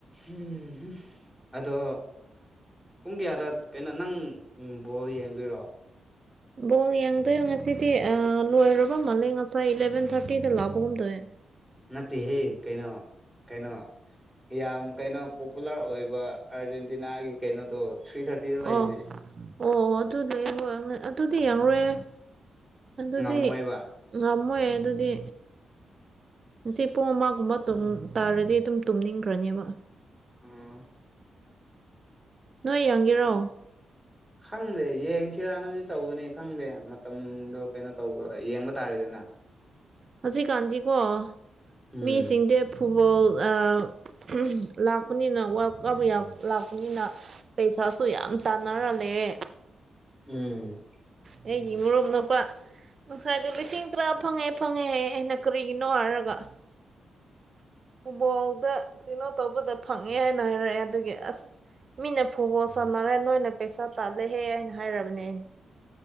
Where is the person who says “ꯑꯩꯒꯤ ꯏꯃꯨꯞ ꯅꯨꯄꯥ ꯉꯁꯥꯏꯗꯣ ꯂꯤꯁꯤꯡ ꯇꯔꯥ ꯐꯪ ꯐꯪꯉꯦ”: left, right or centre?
Right